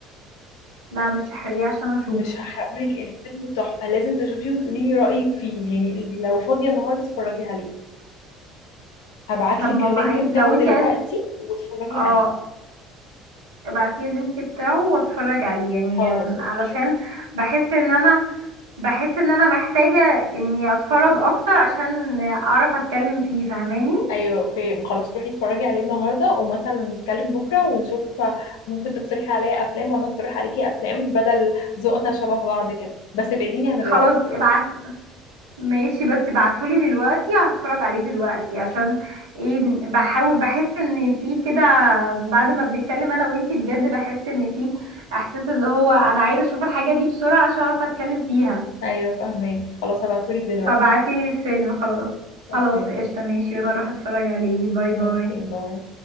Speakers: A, on the right; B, on the left.
A: لا مش احرقيه عشان اشوفه
B: مش هحرقهولك الفيلم تحفة لازم تشوفيه وتقولي لي رأيك فيه يعني لو فاضية النهاردة اتفرجي عليه هبعتلك
A: طب ماما
B: اللينك
A: عيد
B: بتاعه
A: لو انت
B: دلوقتي
A: عايز
B: واتفرجي
A: اه
B: عليه
A: ابعتيلي اللينك بتاعه واتفرج عليه يعني
B: خلاص
A: آم،
B: اوكي
A: علشان بحس ان انا بحس ان انا محتاجة اني اتفرج اكتر عشان اعرف اتكلم فيه فاهماني
B: ايوه اوكي خلاص روحي اتفرجي عليه النهارده ومثلا نتكلم بكره ونشوف ممكن تقترحي عليا افلام وانا اقترح عليكي افلام بدل ذوقنا شبه بعض كده بس ابعديني عن الرعب
A: خلاص ابعت ماشي بس بعتهولي دلوقتي هتفرج عليه دلوقتي عشان ايه بحاول بحس ان في كده بعد ما بنتكلم انا وانتي بجد بحس ان في احساس اللي هو انا عايزه اشوف الحاجه دي بسرعه عشان اعرف اتكلم فيها
B: ايوه فهماكي خلاص هبعتهولك دلوقتي
A: فبعتيلي الفيلم خلاص
B: اوكي
A: خلاص قشطه ماشي وانا اروح اتفرج عليه باي باي
B: اوكي باي